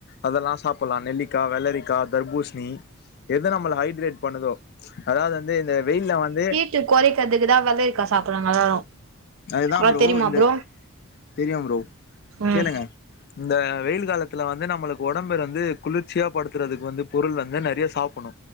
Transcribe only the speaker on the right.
ஹீட் குறைக்கிறதுக்குதா வெள்ளரிக்கா சாப்புட்றாங்க எல்லாரு
அத் தெரியுமா
ப்ரோ
ம்